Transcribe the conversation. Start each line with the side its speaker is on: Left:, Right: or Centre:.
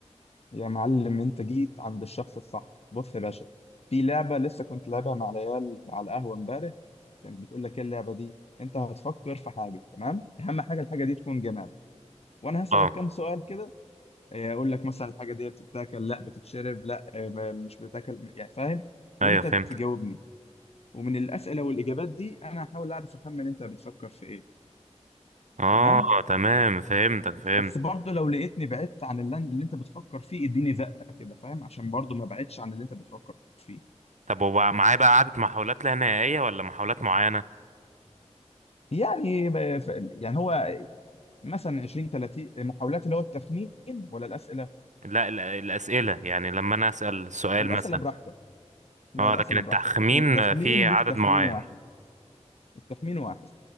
Left: يا معلم انت جيت عند الشخص الصح بص يا باشا في لعبة لسه كنت لعبها مع العيال على القهوة امبارح كانت بتقول لك ايه اللعبة دي انت هتفكر في حاجة تمام اهم حاجة الحاجة دي تكون جماد وانا هسألك
Right: اه
Left: كام سؤال كده اه، اقول لك مثلا الحاجة دي بتتاكل لا بتتشرب لا اه، ما- مش بتتاكل يعني فاهم وانت
Right: ايوه فهمتك
Left: تجاوبني ومن الأسئلة والإجابات دي انا هحاول اعرف اخمن انت بتفكر في ايه
Right: اه
Left: تمام
Right: تمام فهمتك فهمت
Left: بس برضه لو لقيتني بعدت عن اللي اللي انت بتفكر فيه اديني زقة كده فاهم عشان برضه ما بعدتش عن اللي انت بتفكر فيه
Right: طب وبقى معايا بقى عدد محاولات لا نهائيه ولا محاولات معينه
Left: يعني ب- ف- يعني هو مثلا 20 30 محاولات اللي هو التخمين ولا الأسئلة؟
Right: لا ال- الاسئله يعني لما انا اسال سؤال
Left: الأسئلة
Right: مثلا
Left: براحتك لا
Right: اه
Left: الأسئلة
Right: لكن التخمين
Left: براحتك لكن التخمين
Right: في عدد
Left: ليك تخمين
Right: معين
Left: واحد التخمين واحد